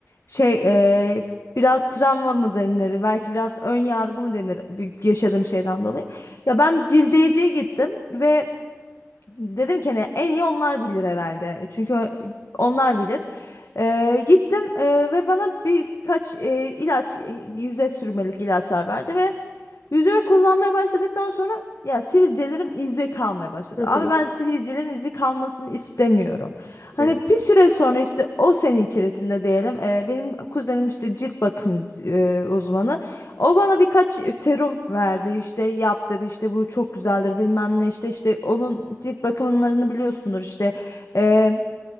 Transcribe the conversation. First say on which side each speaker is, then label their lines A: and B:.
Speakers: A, on the left; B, on the left.
A: şey e, biraz travma mı denir? Belki biraz ön yargı mı denir bir- yaşadığım şeyden dolayı. Ya ben cildeyeciye gittim ve Dedim ki hani en iyi onlar bilir herhalde. Çünkü onlar bilir. Ee, gittim e, ve bana birkaç e, ilaç e, yüze sürmelik ilaçlar verdi ve Yüzme kullanmaya başladıktan sonra ya sivilcelerim izde kalmaya başladı.
B: hı. hı.
A: Abi ben sivilcelerin izi kalmasını istemiyorum. Hani
B: Evet.
A: bir süre sonra işte o sene içerisinde diyelim e, benim kuzenim işte cilt bakım e, uzmanı. O bana birkaç serum verdi işte yap dedi işte bu çok güzeldir bilmem ne işte işte onun cilt bakımlarını biliyorsundur işte. E,